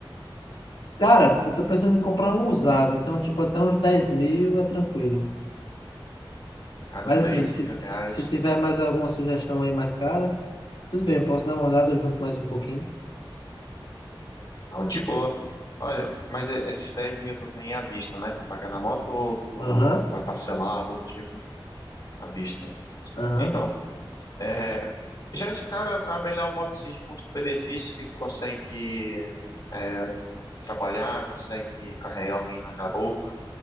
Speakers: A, on the left; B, on the left.
A: Cara, eu tô pensando em comprar um usado, então tipo até uns 10 mil é tranquilo.
B: Cara,
A: Mas
B: 10
A: assim, se,
B: mil
A: se
B: reais.
A: se tiver mais alguma sugestão aí mais cara, tudo bem, eu posso dar uma olhada junto mais um pouquinho.
B: Não, de boa. Olha, mas e- esses 10 mil tu tem à vista, né? Pra pagar na moto ou tu
A: Aham,
B: vai parcelar algo do tipo à vista?
A: aham.
B: Então, é, já de cara, a melhor moto assim, de custo-benefício que tu consegue é, trabalhar, consegue carregar alguém na garupa.